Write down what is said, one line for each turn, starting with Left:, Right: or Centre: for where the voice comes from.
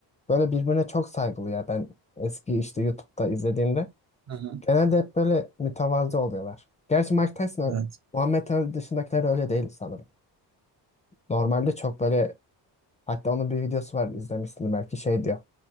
Left: böyle birbirine çok saygılı ya ben eski işte YouTube'da izlediğimde
Right: Hı hı.
Left: genelde hep böyle mütevazı oluyorlar. Gerçi Mike Tyson
Right: Evet.
Left: ö- Muhammed Ali dışındakiler öyle değil sanırım. Normalde çok böyle hatta onun bir videosu var izlemişsin belki şey diyor